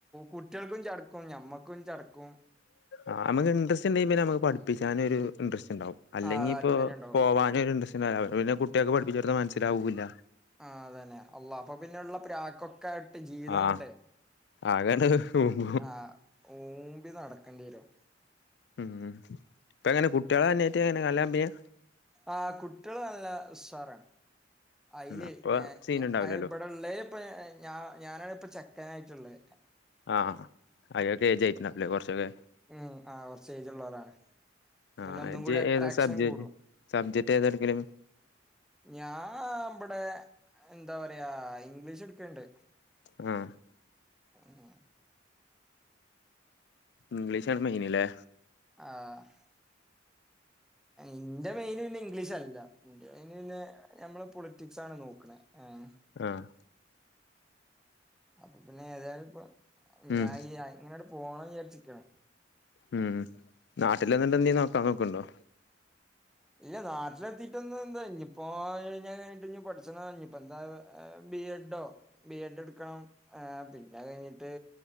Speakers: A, in the centre; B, on the left (about 65°).
A: കുട്ട്യൾക്കും ചട്ക്കും നമ്മ ൻക്കും ചട്ക്കും.
B: ആ നമ്മക്ക് ഇൻട്രസ്റ്റ് ണ്ടെങ്കി പിന്നെ നമക്ക് പഠപ്പിച്ചാനൊരു ഇൻട്രസ്റ്റ് ണ്ടാവും. അല്ലെങ്കി
A: ആഹ് താല്പര്യം
B: ഇപ്പോ
A: ഉണ്ടാവും
B: പോവാനൊരു ഇൻട്രസ്റ്റ് ണ്ടാവൂല അവര് പിന്നെ കുട്ട്യേക്ക് പഠിപ്പിച്ച് കൊടുത്ത മൻസ്സിലാവൂല്ല.
A: ആ അതന്നെ അള്ള അപ്പൊ പിന്നെള്ള പ്രാക്കൊക്കെ. ജീവിതങ്ങോട്ട്
B: ആ ആകണ്ട് പോകും.
A: ആഹ് ഊമ്പി നടക്കണ്ടി വരും.
B: ഉം ഇപ്പ ങ്ങനെ കുട്ട്യളെ <unintelligible> ങ്ങനെ നല്ല കമ്പനിയാ?
A: ആഹ് കുട്ട്യൾ നല്ല ഉസ്സാറാണ് അയിൽ
B: അപ്പൊ
A: ഏഹ്
B: സീൻ
A: ഞ
B: ഉണ്ടാവില്ലല്ലോ
A: അ ഇവടെ ഇള്ളേൽ ഇപ്പ ഞ ഞാനാണ് ഇപ്പ ചെക്കനായിട്ട്ള്ളേ.
B: ആഹ് അയൊക്കെ എയ്ജായിട്ടുണ്ടവുല്ലേ കൊർച്ചൊക്കെ?
A: ഉം ആഹ് കൊർച്ച് എയ്ജ് ഉള്ളോലാണ്.
B: ആഹ്
A: പിന്നെ ഒന്നും
B: ഇജ്
A: കൂടി അട്രാക്ഷൻ
B: ഏത് സബ്ജക്ട്
A: കൂടും
B: സബ്ജക്ട് ഏതാ എടുക്കൽ?
A: ഞാ ആം ഇബെടെ എന്താ പറയാ ഇംഗ്ലീഷ് ഇട്ക്ക്ണ്ട്
B: ഉം
A: ഉം ഉം
B: ഇംഗ്ലീഷാണ് മെയിൻ ലെ
A: ആഹ് ഇന്റെ മെയിന് പിന്നെ ഇംഗ്ലീഷ് അൽ ഇല്ലാ ഇന്റർവ്യൂന് പിന്നെ ഞമ്മെൾ പൊളിറ്റിക്സ് ആണ് നോക്ക്ണെ ഏഹ്
B: ആഹ്
A: അപ്പ പിന്നെ ഏതായാലും ഇപ്പം
B: ഉം
A: ഞാ ഈ ആയി ഇങ്ങനെ ആട്ട് പോണം വിചാര്ച്ച് ഇക്കാണ്
B: ഉം നാട്ടിൽ നിന്ന്ട്ട് എന്തെം നോക്കാൻ നോക്ക് ഇണ്ടോ?
A: ഇല്ല നാട്ട്ൽ എത്തിട്ടൊന്ന് എന്താ ഇഞ്ഞ് ഇപ്പോ അയ് കഴ്ഞ്ഞാ കഴ്ഞ്ഞ്ട്ട് ഇഞ്ഞ് പഠിച്ചെണം ഇഞ്ഞ് ഇപ്പം എന്താ ആവാ ഏഹ് ബി എഡോ? ബി എഡ് ഇട്ക്കെണം ഏഹ് പിന്നെ അയ് കഴിഞ്ഞ്ട്ട്